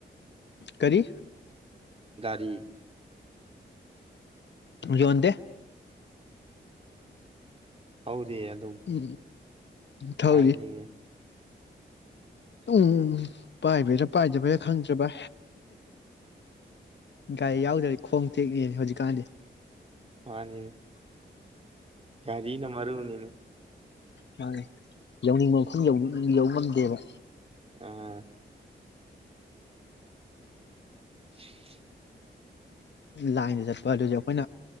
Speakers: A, on the left (about 60°); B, on the right (about 30°).
A: ꯀꯔꯤ
B: ꯔꯤ
A: ꯌꯣꯟꯣꯟꯗ
B: ꯍꯧꯔꯤꯑ ꯑꯗꯨꯝ
A: ꯎꯝ ꯊꯧꯔꯤ
B: ꯍꯥꯏꯅꯤꯡꯉꯦ
A: ꯎꯝ ꯄꯥꯏꯕꯩꯔꯥ ꯄꯥꯏꯗꯕꯩꯔꯥ ꯈꯪꯗ꯭ꯔꯕ ꯒꯥꯥꯏ ꯌꯥꯎꯗꯔꯤ ꯈꯣꯡ ꯊꯦꯛꯅꯦꯅꯦ ꯍꯧꯖꯤꯛꯀꯥꯟꯗꯤ
B: ꯍꯅꯤ ꯒꯥꯔꯤꯅ ꯃꯔꯔ ꯎꯅꯤꯅꯤ
A: ꯃꯥꯉꯦ ꯌꯧꯅꯤꯡꯕ ꯃꯈꯜ ꯌꯧꯕ ꯉꯝꯗꯦꯕ
B: ꯑꯥ inaudible
A: ꯂꯥꯏꯟꯗ ꯆꯠꯄ ꯑꯗꯨꯁꯨꯦ ꯑꯩꯈꯣꯏꯅ